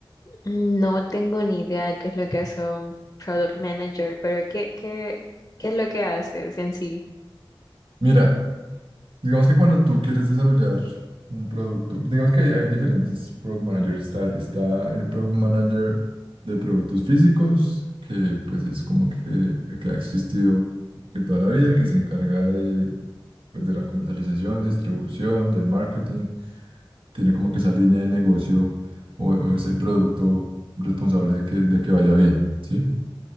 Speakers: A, on the left; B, on the right.
A: No tengo ni idea de qué es lo que hace un product manager, pero ¿qué, qué, qué es lo que haces en sí?
B: Mira, digamos que cuando tú quieres desarrollar un producto, digamos que hay, hay diferentes Product Managers. Está, está el Product Manager de productos físicos, que pues es como que, el que ha existido que toda la vida, que se encarga de, pues, de la comercialización, distribución, del marketing tiene como que esa línea de negocio o, o ese producto responsable de que, de que vaya bien, ¿sí?